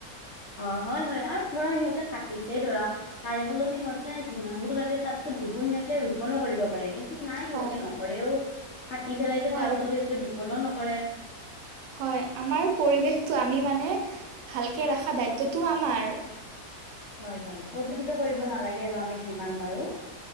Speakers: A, on the left; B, on the right.
A: অ, হয়, হয় আৰু ধৰা সিহঁতে কাটিছেই ধৰা তাৰে সলনি সিহঁত যিমানবোৰ কাটে তাতকৈ দুগুণ সিহঁতে ৰোপনো কৰিব পাৰে, কিন্তু নাই
B: হয়
A: সিহঁতে নকৰেও কাটি পেলাইছে
B: হয়
A: তাৰ ফলত ইহঁতে ৰোপনো নকৰে।
B: হয় আমাৰ পৰিৱেশটো আমি মানে ভালকে ৰখা দায়িত্বটো আমাৰ।
A: হয়, হয়, প্ৰদূষিত কৰিব
B: হয়
A: নালাগে আৰু আমি যিমান পাৰো।